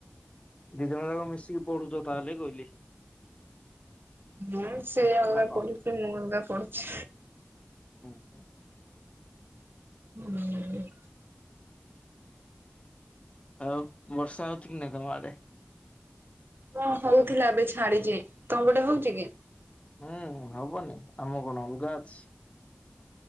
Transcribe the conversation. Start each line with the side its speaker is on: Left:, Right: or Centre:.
Left: ଦି ଜଣ ଯାକ ମିଶିକି ପଢୁଛ ତାହେଲେ କହିଲି।
Right: ହଁ ସେଇ ଅଲଗା
Left: ନା
Right: ପଡ଼ିୁଛି ମୁଁ ଅଲଗା ପଡିୁଛି।
Left: ହୁଁ ହୁଁ।
Right: ହୁଁ।
Left: ଆଉ ବର୍ଷା ହଉଛି କି ନାଇଁ ତମ ଆଡେ?
Right: ହଁ ହଉଥିଲା ଏବେ ଛାଡିଛି ତମ ଏଡେ ହଉଛି କି?
Left: ହୁଁ ହବନି ଆମ କଣ ଅଲଗା ଅଛି।